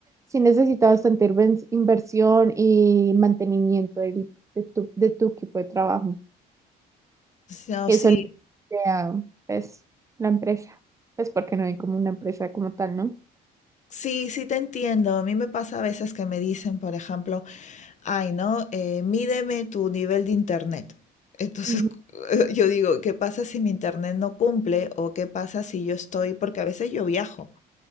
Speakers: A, on the right; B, on the left.
A: sí necesitas bastante inven- inversión y mantenimiento del- de tu, de tu equipo de trabajo.
B: No,
A: Eso
B: sí,
A: no sea, pues, la empresa, pues porque no hay como una empresa como tal, ¿no?
B: sí, sí te entiendo. A mí me pasa a veces que me dicen, por ejemplo, ay, ¿no? Eh, mídeme tu nivel de internet. Entonces
A: Ujú.
B: cu- <laughs> yo digo, ¿qué pasa si mi internet no cumple? ¿O qué pasa si yo estoy? Porque a veces yo viajo.